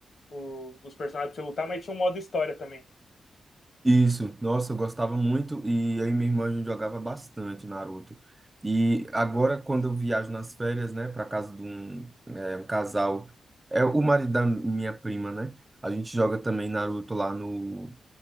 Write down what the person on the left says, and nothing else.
o- os personagens pra você lutar, mas tinha um modo história também.